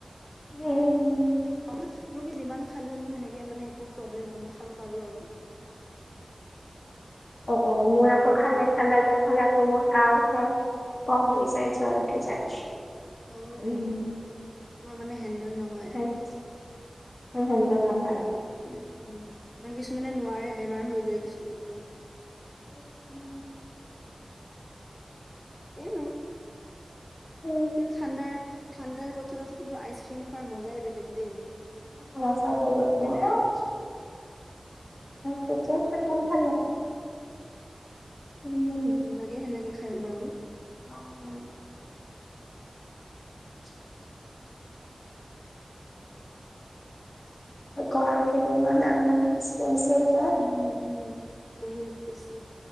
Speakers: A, on the left; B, on the left.
A: উম।
B: অ', মানে কি, মোৰ কি যিমান খালেও, মোৰ সেনেকে মানে একো প্ৰব্লেম নহয়, মই খাব পাৰোঁ আৰু।
A: অ', অ', মোৰ আকৌ খালে
B: উম
A: ঠাণ্ডা দিনত খালে আকৌ মোৰ কাঁহ হয়। কফ
B: উম
A: হৈ যায়, জ্বৰ উঠি যায়,
B: অ
A: উম।
B: তোমাৰ মানে হেণ্ডেল নহ
A: <unintelligible> হেণ্ডেল নহয়।
B: উম, উম, নাই কিছুমানে নোৱাৰে, বেমাৰ হৈ যায় কিছুমানৰ।
A: উ, উম।
B: <unintelligible>
A: <inaudible>
B: ছিল ঠাণ্ডাৰ, ঠাণ্ডাৰ বতৰত কিন্তু, আইচক্ৰীম খোৱাৰ মজাই বেলেগ দেই।
A: <unintelligible>
B: হয়নে
A: তেতিয়া <unintelligible>
B: উম
A: ভাল লাগে,
B: উম
A: উম।
B: ভাল লাগে সেনেকে খায়ো বাৰু।
A: অ', অ'। <inaudible> গৰম কেইদিনমান দামী, দামী আইচক্ৰীম আছে।
B: উম, উম, বহুত বেছি।